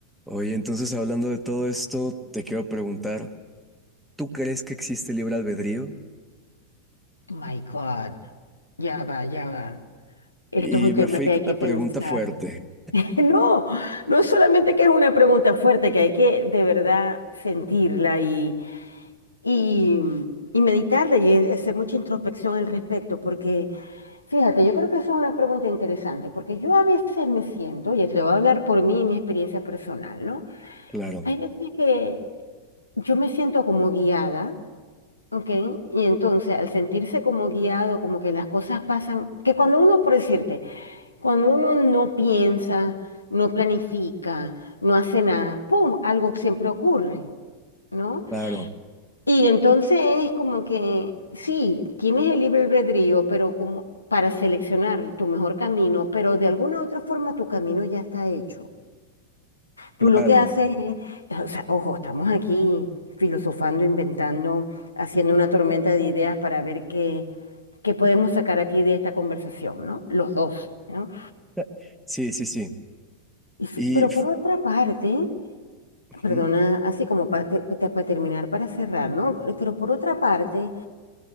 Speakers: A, in the centre; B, on the left.
A: Oye, entonces hablando de todo esto, te quiero preguntar, ¿tú crees que existe libre albedrío?
B: My God, ya va, ya va. Esto
A: Y
B: es un tema
A: me fui
B: que
A: con
B: hay que
A: la
B: pensar.
A: pregunta fuerte.
B: <laughs> No, no solamente que es una pregunta fuerte, que hay que de verdad sentirla y, y, y meditarla y hacer mucha introspección al respecto, porque fíjate, yo creo que eso es una pregunta interesante, porque yo a veces me siento, y te voy a hablar por mí y mi experiencia personal, ¿no?
A: Claro,
B: Hay veces que yo me siento como guiada Ok, y entonces al sentirse como guiado, como que las cosas pasan, que cuando uno, por decirte, cuando uno no piensa, no planifica, no hace nada, ¡pum! Algo siempre ocurre, ¿no?
A: claro,
B: Y entonces es como que, sí, tienes el libre albedrío, pero como para seleccionar tu mejor camino, pero de alguna u otra forma tu camino ya está hecho.
A: claro.
B: Tú lo que haces es, o sea, ojo, estamos aquí filosofando, inventando, haciendo una tormenta de ideas para ver qué, qué podemos sacar aquí de esta conversación, ¿no? Los dos, ¿no?
A: <laughs> Sí, sí, sí.
B: Y sí,
A: Y
B: pero
A: f-
B: por otra parte,
A: ujú,
B: perdona, así como para, te- te- para terminar, para cerrar, ¿no? Pero por otra parte,